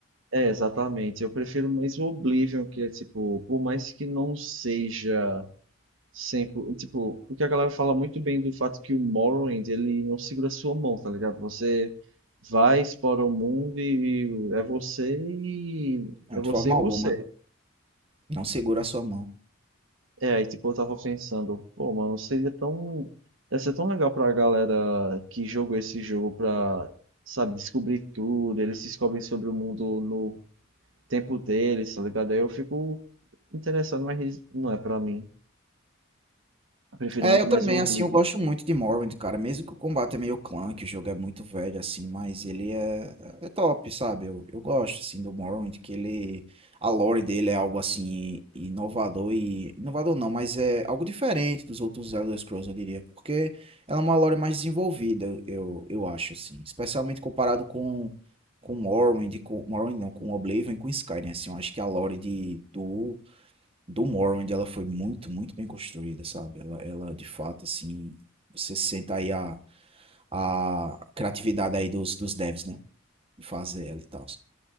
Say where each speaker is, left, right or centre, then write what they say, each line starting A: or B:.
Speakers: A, on the right; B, on the right.
A: É, exatamente. Eu prefiro mais o Oblivion, que é tipo, por mais que não seja sempre, tipo, porque a galera fala muito bem do fato que o Morrowind, ele não segura a sua mão, tá ligado? Você vai, explora o mundo e é você e
B: Não,
A: é você
B: de forma
A: e
B: alguma,
A: você.
B: não segura a sua mão.
A: É, aí tipo, eu tava pensando, pô, mano, seria tão ia ser tão legal pra galera que jogou esse jogo pra, sabe, descobrir tudo, eles descobrem sobre o mundo no tempo deles, tá ligado? Aí eu fico interessado, mas não é pra mim. Eu prefiro
B: É,
A: muito
B: eu também,
A: mais o Oblivion.
B: assim, eu gosto muito de Morrowind, cara. Mesmo que o combate é meio clunky, o jogo é muito velho, assim, mas ele é, é top, sabe? Eu, eu gosto, assim, do Morrowind, que ele... A lore dele é algo, assim, inovador e... Inovador não, mas é algo diferente dos outros Elder Scrolls, eu diria. Porque ela é uma lore mais desenvolvida, eu, eu acho, assim. Especialmente comparado com... Com Morrowind, com... Morrowind não, com Oblivion e com Skyrim, assim. Eu acho que a lore de, do do Morrowind, ela foi muito, muito bem construída, sabe? Ela, ela de fato, assim, você sente aí a, a criatividade aí dos, dos devs, né? De fazer ela e tal.